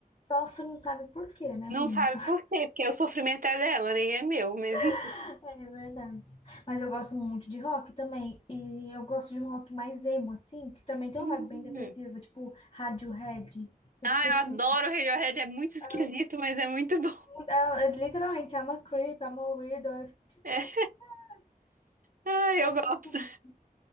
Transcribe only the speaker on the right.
Não
sabe por quê, porque o sofrimento é dela, nem é meu, mas
enfim.
Hum.
Ah,
eu
adoro o Radiohead, é muito esquisito,
mas é muito bom. <laughs>
É.
Ah,
eu gosto.